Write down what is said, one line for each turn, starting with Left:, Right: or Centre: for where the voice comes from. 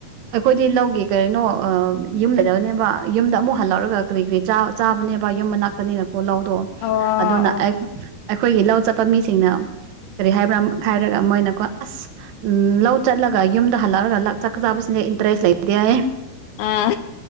Right: ꯑꯩꯈꯣꯏꯗꯤ ꯂꯧꯒꯤ ꯀꯔꯤꯅꯣ ꯑꯝ ꯌꯨꯝꯗꯒꯅꯦꯕꯥ ꯌꯨꯝꯗ ꯑꯃꯨꯛ ꯍꯜꯂꯛꯑꯒ ꯀꯔꯤ ꯀꯔꯤ ꯆꯥ ꯆꯥꯕꯅꯦꯕ ꯌꯨꯝ ꯃꯅꯥꯛꯇꯅꯤꯅꯀꯣ ꯂꯧꯗꯣ
Left: ꯑꯣ
Right: ꯑꯗꯨꯅ
Left: ꯑꯣ
Right: ꯑꯦꯛ ꯑꯩꯈꯣꯏꯒꯤ ꯂꯧ ꯆꯠꯄ ꯃꯤꯁꯤꯡꯅ ꯀꯔꯤ ꯍꯥꯏꯕ꯭ꯔꯥ ꯍꯥꯏꯔꯒ ꯃꯣꯏꯅꯀꯣ ꯑꯁ ꯎꯝ ꯂꯧ ꯆꯠꯂꯒ ꯌꯨꯝꯗ ꯍꯜꯂꯛꯔꯒ ꯂꯛ ꯆꯥꯛ ꯆꯥꯕꯁꯤꯅ ꯏꯟꯇꯔꯦꯁ ꯂꯩꯇꯦ ꯍꯥꯏꯌꯦ
Left: ꯑꯥ